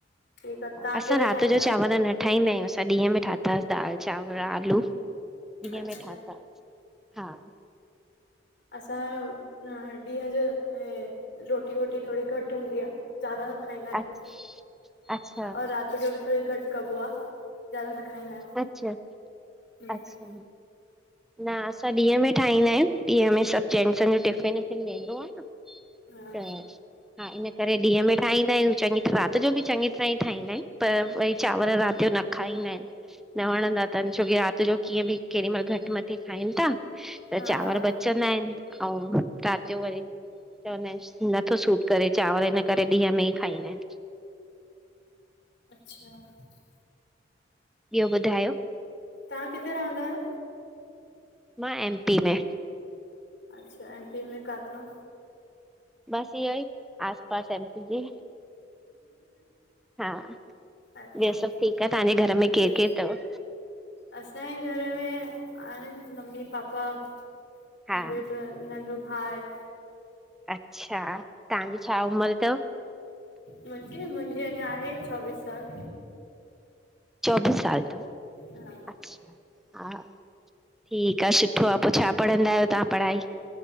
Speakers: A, on the left; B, in the centre.
A: ठीक आ तव्हां
B: असां
A: अकेले
B: राति
A: ठाहींदा
B: जो
A: आहियो।
B: चांवर न ठाहींदा आहियूं, असां ॾींहं में ठाताासीं दाल चांवर, आलू। ॾींहं
A: अच्छा
B: में ठाता। हां --
A: असांजो, न ॾींहं जो ऐं। रोटी वोटी, थोरी घट हूंदी आहे ज़्यादा न खाईंदा आहिन
B: अच्छा अच्छा
A: और रात। खपो बि थोरी घटि कबो आ, ज़्यादा न खाईंदा आहिंन।
B: अच्छा अच्छा न असां, ॾींहं में ठाहींदा आहियूं। ॾींहं में सभु जेेंस जो टिफ़िन विफ़िन वेंदो आहे न।
A: हा
B: त -- हां, हिन करे ॾींहं में ठाहींदा आहियूं, राति जो बि चङी तरहां ई ठाहींदा आहियूं पर वरी चांवर रात जो न। खाईंदा आहिन, न वणंदा अथन छोकी राति जो कीअं बि केॾी ममहिल घट मठे -- रोटी, खाइन था त
A: हा
B: चांवर बचंदा आहिन ऐं राति जो वरी। चवंदा आहिन नथो सूट करे चांवर, हिन करे ॾींहं में ई खाईंदा आहिन।
A: अच्छा --
B: ॿियो ॿुधायो,
A: तव्हां किथे रहंदा आहियो?
B: मा एम पी में।
A: अच्छा ऐं - -एम पी में काथां?
B: बस इयो ई आसपास एमपी जे हा
A: अच्छा
B: ॿियो सभु ठीकु आहे तव्हांजे घर में केरु
A: ॿियो
B: केरु अथव
A: असांजे घर में आहिनि मम्मी पापा
B: हा
A: मुंहिंज नंढो भाई आहे।
B: अच्छा तव्हांजी छा उमिरि अथव?
A: मुंहिंज मुंहिंजे अञा आहे चोवीस साल
B: चोबीस साल अथव
A: हा
B: अच्छा हा ठीकु आहे सुठो आहे पोइ छा पढ़ंदा आहियो तव्हां पढ़ाई